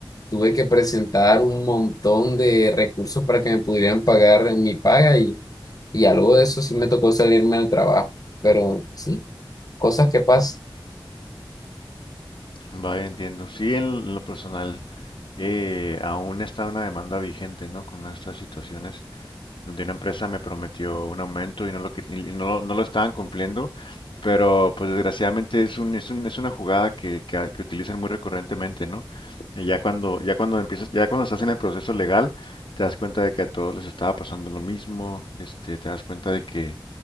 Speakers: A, on the left; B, on the left.
A: tuve que presentar un montón de recursos para que me pudieran pagar en mi paga y, y ya luego de eso sí me tocó salirme del trabajo. Pero sí, cosas que pasan.
B: Vaya, entiendo. Sí, en lo personal eh, aún está una demanda vigente, ¿no? Con estas situaciones. donde una empresa me prometió un aumento y no lo, que- y no, lo no lo estaban cumpliendo, pero pues desgraciadamente es un, es un- es una jugada que, que- que utilizan muy recurrentemente, ¿no? Y ya cuando, ya cuando empiezas, ya cuando estás en el proceso legal, te das cuenta de que a todos les estaba pasando lo mismo, este, te das cuenta de que